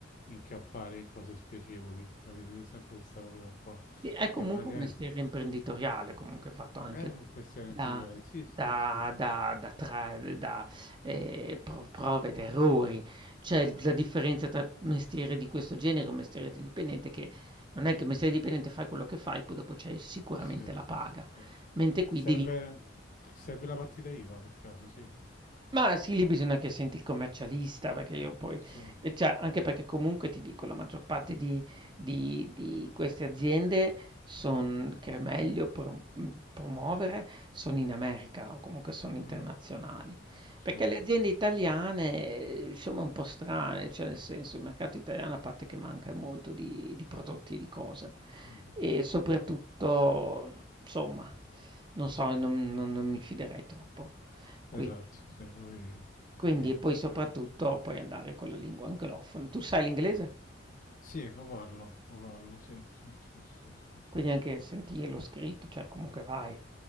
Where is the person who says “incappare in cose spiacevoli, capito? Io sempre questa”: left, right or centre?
Left